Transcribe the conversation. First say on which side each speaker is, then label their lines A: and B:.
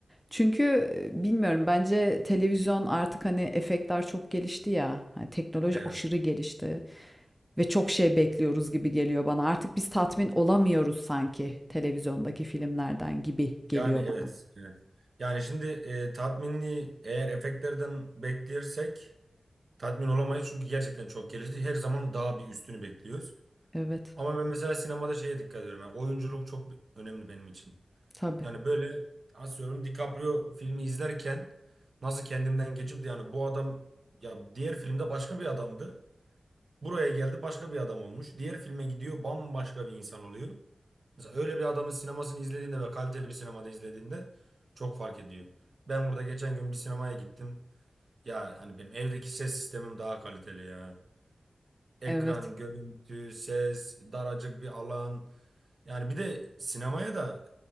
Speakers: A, in the centre; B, on the right.
A: Çünkü e, bilmiyorum bence televizyon artık hani efektler çok gelişti ya. Hani teknoloji
B: Evet.
A: aşırı gelişti ve çok şey bekliyoruz gibi geliyor bana. Artık biz tatmin olamıyoruz sanki televizyondaki filmlerden gibi geliyor
B: Yani evet.
A: bana.
B: Evet. Yani şimdi e, tatminliği eğer efektlerden beklersek tatmin olamayız. Çünkü gerçekten çok gelişti. Her zaman daha bir üstünü bekliyoruz.
A: Evet.
B: Ama ben mesela sinemada şeye dikkat ediyorum. Yani oyunculuk çok önemli benim için.
A: Tabii.
B: Yani böyle asıyorum DiCaprio filmi izlerken nasıl kendimden geçip de yani bu adam ya diğer filmde başka bir adamdı. Buraya geldi başka bir adam olmuş. Diğer filme gidiyor bambaşka bir insan oluyor. Mesela öyle bir adamın sinemasını izlediğinde ve kaliteli bir sinemada izlediğinde çok fark ediyor. Ben burada geçen gün bir sinemaya gittim. Ya hani benim evdeki ses sistemim daha kaliteli ya. Ekran,
A: Evet.
B: görüntü, ses, daracık bir alan. Yani bir de sinemaya da